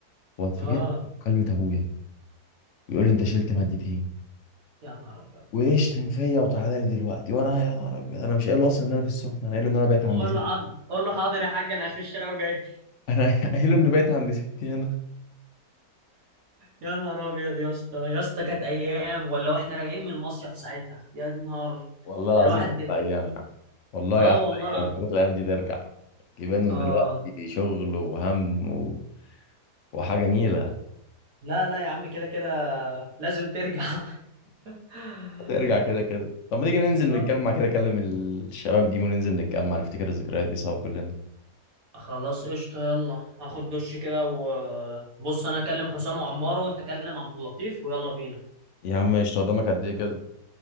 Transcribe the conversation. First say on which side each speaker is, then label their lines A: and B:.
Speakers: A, on the left; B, on the right.
A: واتفاجئت
B: اه
A: بمكالمه ابويا يقول لي انت شلت مادتين
B: يا نهار ابيض
A: ويشتم فيا وتعالى لي دلوقتي وانا يا نهار ابيض انا مش قايل له اصلا ان انا في السخنه انا قايل له ان انا بايت عند
B: قول
A: ستي
B: له حاضر قول له حاضر يا حاج انا اخر الشارع وجاي
A: انا <laughs> قايل له ان بايت عند ستي هنا
B: يا نهار ابيض يا اسطى يا اسطى كانت ايام ولا واحنا راجعين من المصيف ساعتها يا نهار
A: والله العظيم
B: الواحد
A: احلى ايام يا عم والله
B: اه
A: احلى
B: والله العظيم
A: ايام يا ريت الايام دي ترجع كبرنا
B: اه
A: دلوقتي شغل وهم و... وحاجه نيله
B: لا لا يا عم كده كده لازم ترجع <laughs>
A: هترجع كده كده طب ما تيجي ننزل
B: آه.
A: نتجمع كده اكلم الشباب دي وننزل نتجمع نفتكر الذكريات دي سوا كلنا
B: خلاص قشطة يلا هاخد دش كده وبص انا اكلم حسام وعمار وانت كلم عبد اللطيف ويلا بينا
A: يا عم مش قدامك قد ايه كده